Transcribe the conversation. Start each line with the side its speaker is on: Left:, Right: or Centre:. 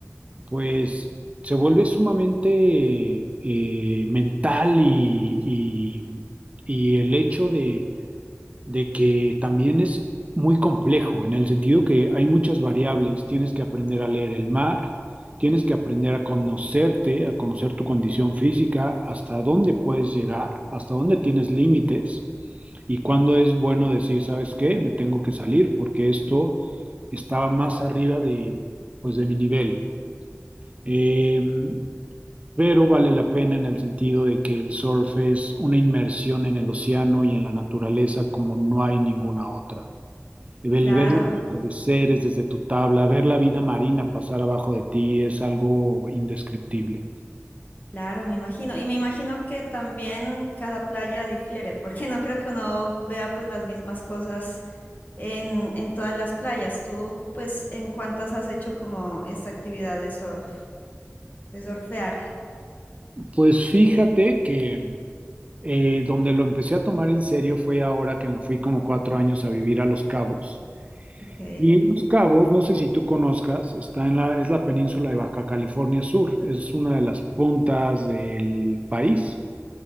Right: pues se vuelve sumamente eh, mental y, y- y el hecho de de que también es muy complejo, en el sentido que hay muchas variables, tienes que aprender a leer el mar, tienes que aprender a conocerte, a conocer tu condición física, hasta dónde puedes llegar, hasta dónde tienes límites y cuándo es bueno decir, ¿sabes qué? Me tengo que salir porque esto estaba más arriba de, pues, de mi nivel. Em, pero vale la pena en el sentido de que el surf es una inmersión en el océano y en la naturaleza como no hay ninguna otra. El
Left: claro,
Right: ver los atardeceres desde tu tabla, ver la vida marina pasar abajo de ti es algo indescriptible.
Left: claro, me imagino. Y me imagino que también cada playa difiere, porque no creo que uno vea pues las mismas cosas en, en todas las playas. Tú, pues, ¿en cuántas has hecho como esta actividad de surf, de surfear?
Right: Pues fíjate que eh, donde lo empecé a tomar en serio fue ahora que me fui como cuatro años a vivir a Los Cabos.
Left: Ok.
Right: Y en Los Cabos, no sé si tú conozcas, está en la, es la península de Baja California Sur, es una de las puntas del país.